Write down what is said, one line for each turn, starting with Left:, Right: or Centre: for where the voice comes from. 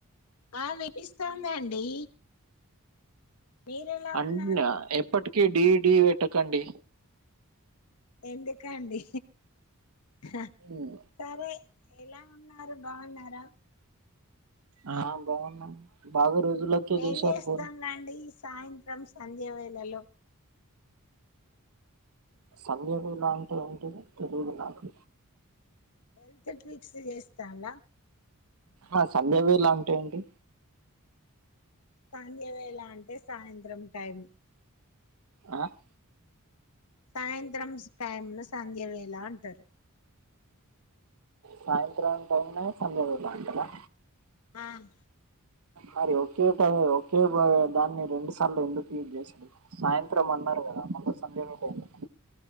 Left: ఆహ్ వినిపిస్తోందండి. మీరెలా
Right: అన్న్
Left: ఉన్నారు
Right: ఎప్పటి. డి డి పెట్టకండి.
Left: ఎందుకండీ. ఆహ్
Right: ఉమ్,
Left: సరే. ఎలా ఉన్నారు బాగున్నారా.
Right: ఆహ్ బాగున్నాం బాగున్ రోజులకే
Left: ఏం
Right: చేశారు.
Left: చేస్తానులండి
Right: ఫోన్
Left: ఈ సాయంత్రం సంధ్యవేళలో.
Right: సంధ్యవెళా అంటే ఏంటిది తెలిదు నాకు.
Left: హెల్త్ ట్రిక్స్ చేస్తంల్లా.
Right: ఆహ్ సంధ్యా వేళ అంటే ఏంటి.
Left: సంధ్యవేళా అంటే సాయంత్రం టైం.
Right: ఆహ్.
Left: సాయంత్రం టైంను. సంధ్య వేళ అంటారు.
Right: సాయంత్రం టైమ్ను సంధ్య వేళా అంటారా.
Left: ఆహ్.
Right: మరి ఒకే టైం ఒకే దాన్ని రెండు సార్లు ఎందుకు యూజ్ చేస్తుంరు సాయంత్రం అన్నారు కదా. మళ్ళ సంధ్య వేళ ఏంది.